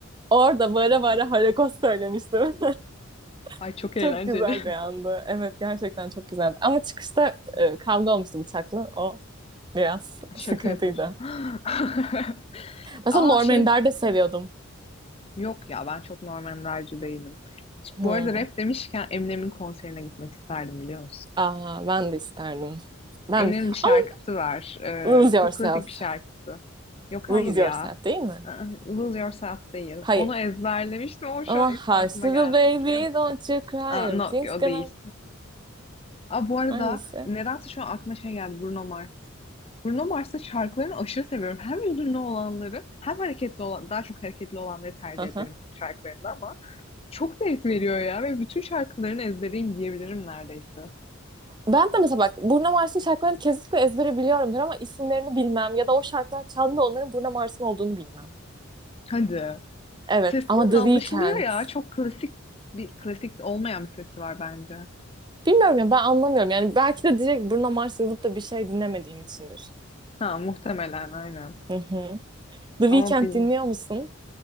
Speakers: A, on the right; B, on the left.
A: Orada bağıra bağıra Holocaust söylemiştim.
B: Ay
A: <laughs>
B: çok eğlenceli.
A: çok güzel bir andı. Evet gerçekten çok güzeldi. Ama çıkışta e, kavga olmuştu bıçakla. O biraz
B: <laughs> Şaka
A: sıkıntıydı.
B: yapıyorsun. <laughs>
A: Mesela
B: Aa
A: Norman
B: şey
A: de seviyordum.
B: yok ya ben çok Norman Ender'ci değilim.
A: Hmm.
B: Bu arada rap demişken Eminem'in konserine gitmek isterdim biliyor musun?
A: Aa, ben de isterdim. Ben
B: Eminem'in
A: de-
B: bir şarkısı
A: ama
B: var. Ee,
A: Lose Yourself.
B: çok klasik bir şarkısı. Yok
A: Lose
B: hayır ya.
A: Yourself değil mi?
B: Aa, Lose Yourself değil.
A: Hayır.
B: Onu ezberlemiştim ama şu
A: Ama
B: an ismi
A: Hush
B: aklıma
A: Little
B: gelmedi
A: Baby
B: biliyor musun?
A: Don't You Cry
B: Aa,
A: Everything's
B: no
A: Gonna...
B: o değil. Aa, bu arada
A: Hangisi?
B: nedense şu an aklıma şey geldi Bruno Mars. Bruno Mars'ın şarkılarını aşırı seviyorum. Hem hüzünlü olanları hem hareketli olan, daha çok hareketli olanları tercih
A: Aha.
B: ederim onun şarkılarında ama çok zevk veriyor ya ve bütün şarkılarını ezbereyim diyebilirim neredeyse.
A: Ben de mesela bak Burna Mars'ın şarkılarını kesinlikle ezbere biliyorumdur ama isimlerini bilmem ya da o şarkılar çaldığında onların Burna Mars'ın olduğunu bilmem.
B: Hadi.
A: Evet
B: Sesinin
A: ama The
B: anlaşılıyor
A: Weeknd.
B: ya. Çok klasik bir klasik olmayan bir sesi var bence.
A: Bilmiyorum ya ben anlamıyorum. Yani belki de direkt Bruno Mars yazıp da bir şey dinlemediğim içindir.
B: Ha muhtemelen aynen.
A: Hı hı. The
B: Ama
A: Weeknd
B: bin...
A: dinliyor musun?